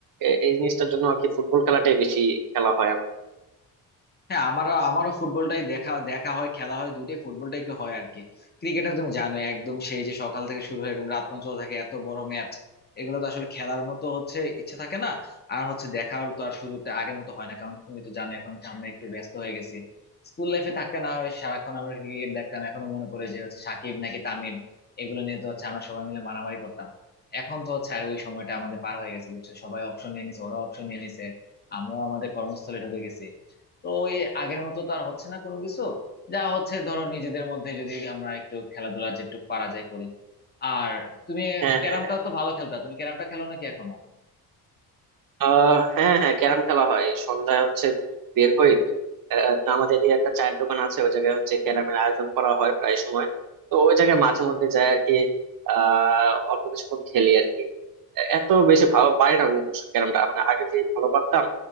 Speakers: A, on the right; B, on the left.
A: এ- এই জিনিসটার জন্য আর কি ফুটবল খেলাটাই বেশি খেলা হয় আমার
B: হ্যাঁ আমারও আমারও ফুটবলটাই দেখা দেখা হয় খেলা হয় দুইটাই ফুটবলটা একটু হয় আর কি ক্রিকেটটা তুমি জানো একদম সেই যে সকাল থেকে শুরু হয়ে একদম রাত পর্যন্ত চলে থাকে এত বড় ম্যাচ এগুলো তো আসলে খেলার মতো হচ্ছে ইচ্ছে থাকে না আর হচ্ছে দেখার তো আর সুযোগটা আগের মতো হয় না কারণ তুমি তো জানো এখন হচ্ছে আমরা একটু ব্যস্ত হয়ে গেছি স্কুল লাইফে থাকতে না হয় সারাক্ষণ আমরা ক্রিকেট দেখতাম এখনো মনে পড়ে যে হচ্ছে সাকিব নাকি তামিম এগুলো নিয়ে তো হচ্ছে আমরা সবাই মিলে মারামারি করতাম এখন তো হচ্ছে আর ওই সময়টা আমাদের পার হয়ে গেছে বুঝছো সবাই অপশন নিয়ে নিছে ওরা অপশন নিয়ে নিছে আমরাও আমাদের কর্মস্থলে ঢুকে গেছি তো ওই আগের মতো তো আর হচ্ছে না কোনো কিছু যা হচ্ছে ধরো নিজেদের মধ্যে যদি আমরা একটু খেলাধুলা যেটুকু পারা যায় করি আর তুমি
A: হ্যাঁ
B: ক্যারামটাও
A: হ্যাঁ
B: তো ভালো খেলতা তুমি ক্যারামটা খেলো নাকি এখনো
A: আহ হ্যাঁ হ্যাঁ ক্যারাম খেলা হয় এই সন্ধ্যায় হচ্ছে বের হই আহ, তো আমাদের এদিকে একটা চায়ের দোকান আছে ওই জায়গায় হচ্ছে ক্যারামের আয়োজন করা হয় প্রায় সময় তো ওই জায়গায় মাঝে মধ্যে যাই আর কি আহ অল্প কিছুক্ষণ খেলি আর কি এত বেশি ভালো পারি না আমি অবশ্য ক্যারামটা মানে আগে যে ভালো পারতাম